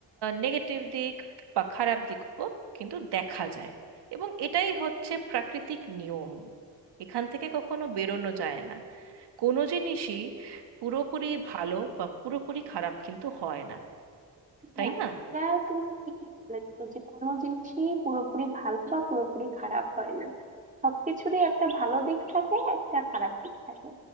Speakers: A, on the right (about 70°); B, on the right (about 20°).
A: নেগেটিভ দিক বা খারাপ দিকও কিন্তু দেখা যায় এবং এটাই হচ্ছে প্রাকৃতিক নিয়ম এখান থেকে কখনো বেরোনো যায় না কোনো জিনিসই পুরোপুরি ভালো বা পুরোপুরি খারাপ কিন্তু হয় না তাই
B: হ্যাঁ
A: না
B: এটা তুমি ঠিকই বলেছো যে কোনো জিনিসই পুরোপুরি ভালো বা পুরোপুরি খারাপ হয় না সবকিছুরই একটা ভালো দিক থাকে একটা খারাপ দিক থাকে